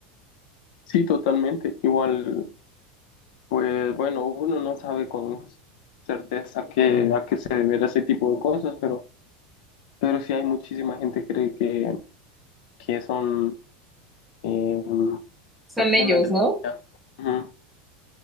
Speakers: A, on the left; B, in the centre.
A: Sí, totalmente. Igual, pues bueno, uno no sabe con certeza que, a qué se deberá ese tipo de cosas, pero... Pero sí hay muchísima gente que cree que, que son eh,
B: Son
A: personas
B: ellos,
A: del...
B: ¿no?
A: Ujú.